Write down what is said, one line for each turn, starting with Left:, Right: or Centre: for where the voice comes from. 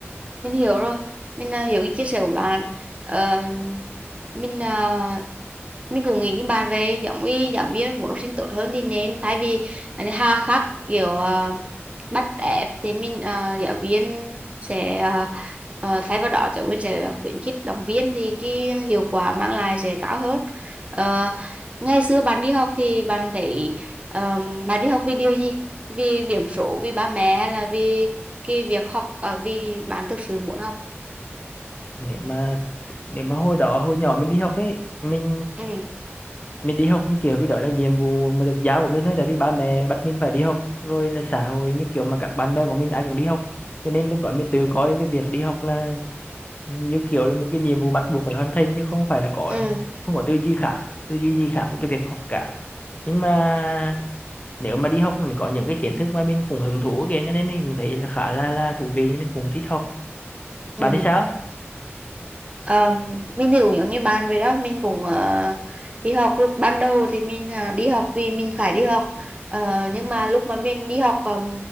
Right: mình hiểu rồi mình à, hiểu cái chia sẻ của bạn Ờ, mình à, mình cũng nghĩ như bạn về giống như giáo viên muốn học sinh tốt hơn thì nên thay vì hà khắc kiểu à, bắt ép thì mình à, giáo viên sẽ à, à, thay vào đó giáo viên sẽ khuyến khích động viên thì cái hiệu quả mang lại sẽ cao hơn Ờ, ngày xưa bạn đi học thì bạn thấy ờ, bạn đi học vì điều gì vì điểm số vì ba mẹ hay là vì cái việc học ở vì bạn thực sự muốn học
Left: nếu mà nếu mà hồi đó hồi nhỏ mình đi học ấy mình
Right: ừ
Left: mình đi học như kiểu vì đó là nhiệm vụ mà được giáo của mình thôi tại vì ba mẹ bắt mình phải đi học rồi là xã hội như kiểu mà các bạn bè của mình ai cũng đi học cho nên lúc đó mình tự coi cái việc đi học là như kiểu là một cái nhiệm vụ bắt buộc phải hoàn thành chứ không phải là có
Right: ừ
Left: không có tư duy khác tư duy gì khác với cái việc học cả nhưng mà nếu mà đi học mình có những cái kiến thức mà mình cũng hứng thú kìa cho nên mình cũng thấy là khá là là thú vị mình cũng thích học
Right: ừ
Left: bạn thì sao
Right: Ờ, mình thì cũng giống như bạn vậy đó mình cũng ờ, đi học lúc ban đầu thì mình ờ, đi học vì mình phải đi học Ờ, nhưng mà lúc mà mình đi học ờ,